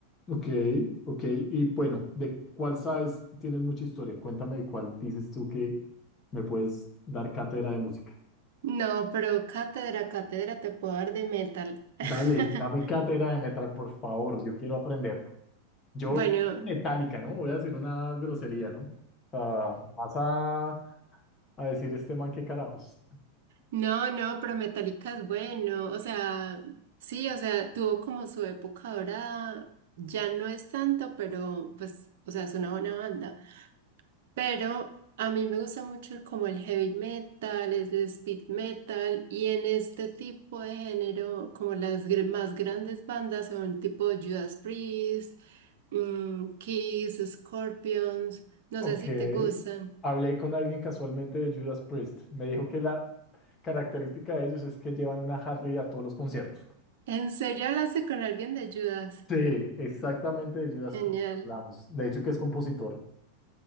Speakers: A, on the left; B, on the right.
A: ok, ok. Y bueno, ¿de cuál sabes? Tienes mucha historia. Cuéntame de cuál dices tú que me puedes dar cátedra de música.
B: No, pero cátedra, cátedra te puedo dar de metal. <laughs>
A: Dale, dame cátedra de metal, por favor. Yo quiero aprender. Yo,
B: Bueno,
A: metálica, ¿no? Voy a decir una grosería, ¿no? O vas a, a decir este man qué carajos.
B: no, no, pero Metallica es bueno, o sea, sí, o sea, tuvo como su época dorada ya no es tanto, pero pues, o sea, es una buena banda. Pero a mí me gusta mucho el- como el heavy metal, el speed metal y en este tipo de género como las gr- más grandes bandas son tipo Judas Priest, mm, Kiss, Scorpions, no
A: Ok.
B: sé si te gustan.
A: Hablé con alguien casualmente de Judas Priest. Me dijo que la característica de ellos es que llevan una Harley a todos los conciertos.
B: ¿En serio hablaste con alguien de Judas?
A: Sí, exactamente de Judas
B: Genial.
A: Priest hablamos. De hecho, que es compositor.